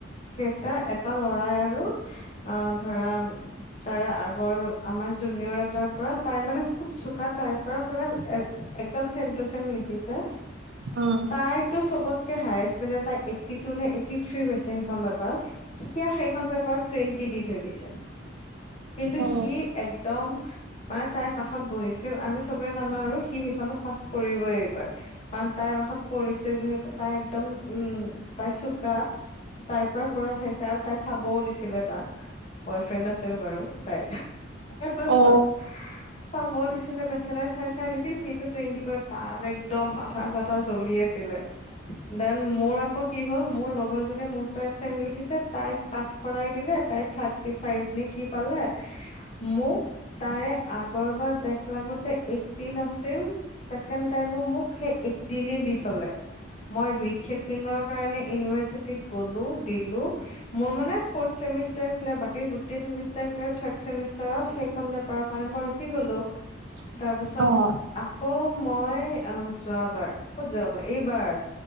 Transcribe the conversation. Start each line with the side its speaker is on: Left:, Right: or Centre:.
Left: কেইটা এটা লৰাই আৰু আ ধৰা তাৰে আগৰ আমাৰ জুনিয়ৰ এটাৰ পৰা তাই মানে খুব চোকা তাইৰ পৰা পুৰা একদম চেম টু চেম লিখিছে।
Right: উম
Left: তাইতো চবতকে হাইচ তাই এইটি টু নে এইট থ্ৰী হৈছে সেইকণত। তেতিয়া সেইখন পেপাৰত টুৱেণ্টি দি থৈ দিছে। কিন্তু
Right: অ
Left: সি একদম মানে তাইৰ কাষত বহিছিল আমি চবে জানো আৰু সি সেইখনত পাছ কৰিবই এইবাৰ কাৰণ তাইৰ কাষত পৰিছে যিহেতু তাই একদম, উম তাই চোকা তাইৰ পৰা পোৰা চাইছে আৰু তাই চাবও দিছিলে তাক। বয়ফ্ৰেণ্ড আছিল বাৰু তাইৰ তাৰ পাছত
Right: অ
Left: চাব দিছিলে বেছি চাই চাই লিখিল কিন্ত টুৱেন্টি পাই তাৰ এক্দম মাথা চাথাা জ্বলি আছিলে, দেন মোৰ আকৌ কি হ'ল মোৰ লগৰ জনে মোৰ পৰা চেম লিখিছে তাইক পাছ কৰাই দিলে লে তাই থাৰতি ফাইব নে কি পালে মোক তাৰে আগৰবাৰ বেক লাগো তে এইটটিন আছিল ছেকেণ্ড টাইমো মোক সেই এইটটিনে দি থ'লে। মই ৰিচেকিংৰ কাৰণে ইউনিভাৰচিটিত গ'লো দিলো মোৰ মানে ৰ্ফথ চে চেমিষ্টাৰ বাকী গোটেই চেমিষ্টাৰ থাৰ্ড চেমিষ্টাৰত সেইখন পেপাৰৰ কাৰণে মই ৰখি গ'লো।
Right: <inaudible>
Left: তাৰপাছত
Right: অ
Left: আকৌ মই অ যোৱাবাৰ, ক'ত যোৱাবাৰ এইবাৰ।